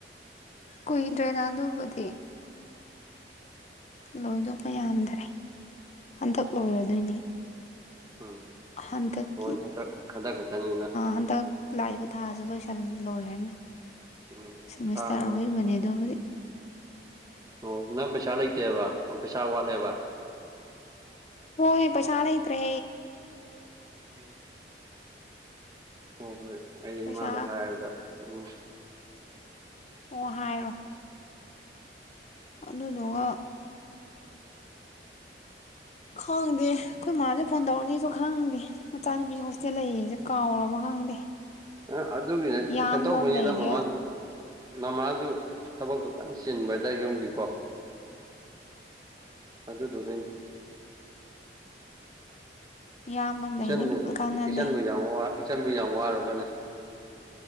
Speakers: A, on the left; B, on the right.
A: ꯀꯨꯏꯗ꯭ꯔꯦꯗ ꯑꯗꯨꯕꯨꯗꯤ ꯂꯣꯏꯗꯧꯕ ꯌꯥꯝꯗ꯭ꯔꯦ ꯍꯟꯗꯛ ꯂꯣꯏꯔꯗꯣꯏꯅꯦ
B: ꯎꯝ
A: ꯍꯟꯗꯛꯀꯤ
B: ꯍꯣꯏ ꯍꯟꯗꯛ ꯍꯟꯗꯛ ꯈꯛꯇꯅꯤꯅ
A: ꯍꯟꯗꯛ ꯂꯥꯛꯏꯕ ꯊꯥꯁꯦ ꯂꯣꯏꯁꯤꯜꯂꯦ ꯂꯣꯏꯔꯅꯤ
B: ꯎꯝ
A: ꯁꯦꯃꯤꯁꯇꯥꯔ
B: ꯈꯥꯡ
A: ꯑꯣꯏꯕꯅꯦ ꯑꯗꯣꯗꯤ
B: ꯑꯣ ꯅꯪ ꯄꯩꯁꯥ ꯂꯩꯇꯦꯕ ꯄꯩꯁꯥ ꯋꯥꯠꯂꯦꯕ
A: ꯍꯣꯏ ꯏ ꯄ ꯆꯂ ꯏꯇ꯭ꯔꯦ
B: ꯎꯝ ꯍꯣꯏ ꯍꯣꯏ ꯑꯩ
A: ꯄꯩꯁꯥ
B: ꯏꯃꯗ ꯍꯥꯏꯒ ꯑꯣ
A: ꯑꯣ ꯍꯥꯏꯔꯣ ꯑꯗꯨꯗꯨꯒ ꯈꯪꯗꯦ ꯑꯩꯈꯣꯏ ꯃꯥꯁꯦ ꯐꯣꯟ ꯇꯧꯔꯛꯅꯤꯁꯨ ꯈꯪꯗꯦ ꯃꯆꯥꯅꯨꯄꯤꯁꯦ ꯍꯣꯁꯇꯦꯜ ꯂꯩꯁꯦ ꯀꯥꯎꯔꯕ ꯈꯪꯗꯦ
B: ꯑ ꯑꯗꯨꯒꯤ ꯅꯠꯇ
A: ꯏꯌꯥꯝꯕ
B: ꯀꯩꯅꯣ ꯇꯧꯕꯅꯤꯗ
A: ꯑꯃ ꯂꯩꯔꯤꯁꯦ
B: ꯃꯃꯥꯁꯨ ꯃꯃꯥ ꯨ ꯊꯕꯛꯇꯨ ꯀꯟꯅ ꯆꯤꯟꯕꯗ ꯌꯣꯒꯤꯀꯣ ꯑꯗꯨꯗꯨꯒꯅꯤ
A: ꯏꯌꯥꯝꯕ ꯑꯃ
B: ꯏꯆ
A: ꯂꯩꯔꯤꯅ ꯀꯩꯝ ꯀꯥꯟꯅꯗꯦ
B: ꯏꯆ ꯃꯖꯣ ꯏꯆꯟ ꯃ ꯌꯥꯝ ꯋꯥꯔꯕꯅꯦ